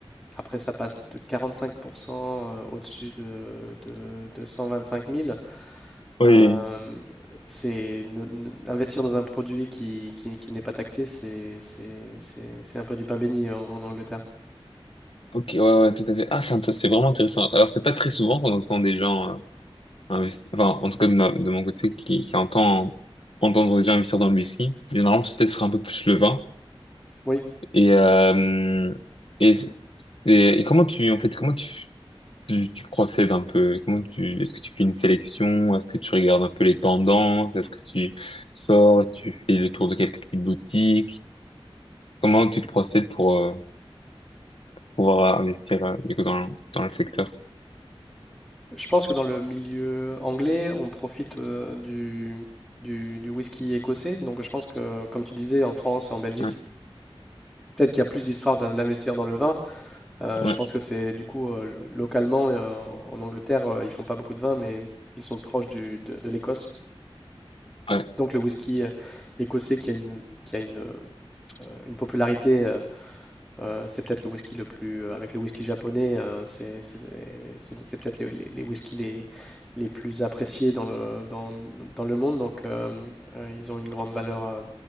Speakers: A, in the centre; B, on the left.
A: Après ça passe de 45% euh, au-dessus de, de, de 125 000.
B: Oui.
A: Euh, c'est ne- ne- investir dans un produit qui, qui, qui n'est pas taxé, c'est, c'est, c'est, c'est un peu du pain béni en, en Angleterre.
B: Ok, ouais, ouais, tout à fait. Ah, c'est int- c'est vraiment intéressant. Alors, c'est pas très souvent qu'on entend des gens euh, investir, enfin, en tout cas de, ma- de mon côté, qui, qui entend entendre des gens investir dans le whisky. Généralement, peut-être ce sera un peu plus le vin.
A: Oui,
B: Et, euh, et, c'est- et, et comment tu, en fait, comment tu, tu, tu procèdes un peu? Comment tu, est-ce que tu fais une sélection? Est-ce que tu regardes un peu les tendances? Est-ce que tu sors, tu fais le tour de quelques petites boutiques? Comment tu te procèdes pour, euh, pouvoir investir euh, du coup dans, le- dans le secteur.
A: je pense que dans le milieu anglais, on profite euh, du, du, du whisky écossais. Donc je pense que, comme tu disais, en France, en Belgique,
B: Ouais,
A: Peut-être qu'il y a plus d'histoire d'in- d'investir dans le vin. Euh,
B: ouais,
A: je pense que c'est du coup euh, lo- localement euh, en Angleterre, euh, ils font pas beaucoup de vin, mais ils sont proches du- de, de l'Écosse.
B: ouais,
A: Donc le whisky euh, écossais qui a une, qui a une, euh, une popularité, euh, euh, c'est peut-être le whisky le plus, euh, avec le whisky japonais, euh, c'est c'est les- c'est- c'est peut-être les, les, les whiskies les, les plus appréciés dans le, dans, dans le monde. Donc euh, euh, ils ont une grande valeur euh,